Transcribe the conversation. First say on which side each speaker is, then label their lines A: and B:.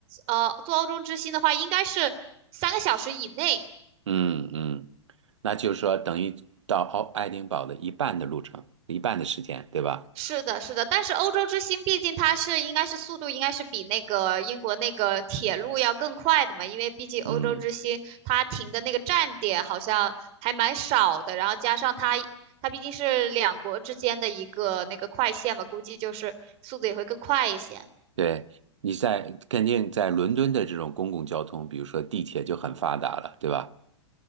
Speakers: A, on the right (about 40°); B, on the right (about 75°).
A: 呃，做欧洲之星的话，应该是三个小时以内，
B: 嗯嗯，那就是说等于到奥爱丁堡的一半的路程，一半的时间，对吧？
A: 是的，是的，但是欧洲之星毕竟它是应该是速度应该是比那个英国那个铁路要更快的嘛，因为毕竟欧洲之星它停的那个站点好像还蛮少的，
B: 嗯，
A: 然后加上它它毕竟是两国之间的一个那个快线嘛，估计就是速度也会更快一些。
B: 对，你在肯定在伦敦的这种公共交通，比如说地铁就很发达了，对吧？